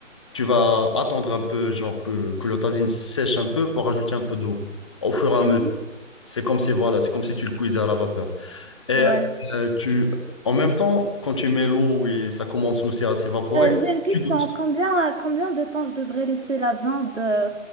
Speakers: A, on the left; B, on the right.
A: Tu vas attendre un peu, genre que, que le tagine sèche un peu pour ajouter un peu d'eau au fur et à
B: Mhm.
A: mesure. C'est comme si, voilà, c'est comme si tu le cuisais à la vapeur. Et
B: Ouais.
A: euh, tu, en même temps, quand tu mets l'eau et ça commence aussi à s'évaporer,
B: Euh, j'ai une question.
A: tu goûtes.
B: Combien, combien de temps je devrais laisser la viande euh,